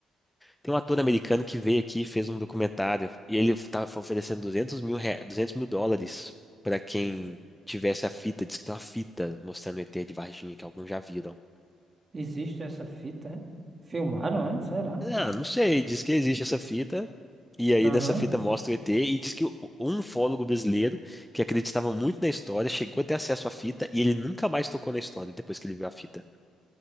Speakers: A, in the centre; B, on the right.
A: tem um ator americano que veio aqui e fez um documentário. E ele estava oferecendo duzentos mil, re- duzentos mil dólares para quem
B: Uhum.
A: tivesse a fita. Diz que tem uma fita mostrando o ET de Varginha, que alguns já viram.
B: Existe essa fita, é? Filmaram, é? Será?
A: Ah, não sei. Diz que existe essa fita. E aí,
B: Aham.
A: nessa fita mostra o ET. E diz que o- um ufólogo brasileiro que acreditava muito na história chegou a ter acesso à fita e ele nunca mais tocou na história depois que ele viu a fita.